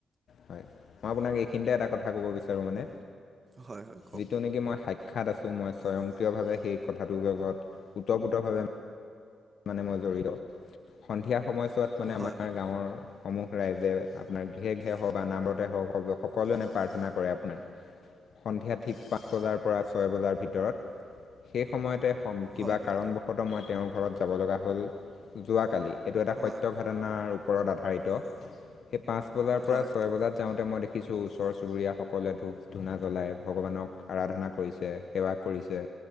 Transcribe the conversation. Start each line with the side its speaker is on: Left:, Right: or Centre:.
Left: হয় মই আপোনাক এইখিনিতে এটা কথা কব বিচাৰো মানে
Right: হয় হয় কওক
Left: যিটো নিকি মই সাই খ্যাত আছো মই স্বয়ংক্ৰিয়ভাৱে সেই কথাটো জনোৱাত ওতঃপ্ৰোতভাৱে মানে মই জড়িত সন্ধিয়া সময়ছোৱাত মানে
Right: হয়
Left: আমাৰ
Right: হয়
Left: গাঁৱৰ সমূহ ৰাইজে আপোনাৰ হে হওক বা নামঘৰতে হওক সকলোৱে এনে প্ৰাৰ্থনা কৰে আপোনাৰ। সন্ধিয়া ঠিক পাঁচ বজাৰ পৰা ছয় বজাৰ ভিতৰত সেই সময়তে। অ কিবা
Right: হয় হয়
Left: কাৰণবশতঃ মই তেওঁৰ ঘৰত যাব লগা হ'ল যোৱাকালি। এইটো এটা সত্য
Right: হয়
Left: ঘাটনাৰ ওপৰত আধাৰিত সেই পাঁচ বজাৰ
Right: হয়
Left: পৰা ছয় বজাত যাওঁতে মই। দেখিছোঁ ওচৰ চুবুৰীয়াসকলে ধূপ ধূনা জ্বলাই ভগৱানক আৰাধনা কৰিছে সেৱা কৰিছে।